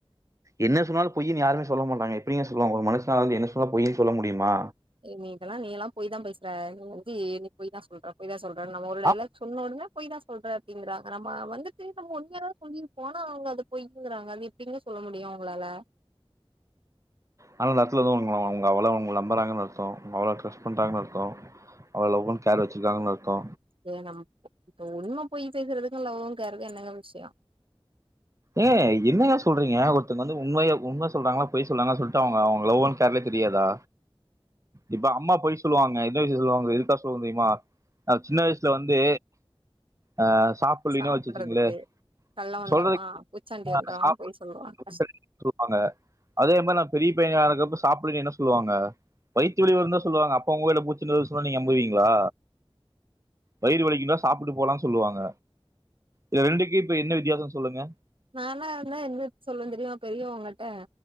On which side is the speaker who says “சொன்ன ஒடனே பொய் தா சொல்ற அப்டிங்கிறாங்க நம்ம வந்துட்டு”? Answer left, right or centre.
Right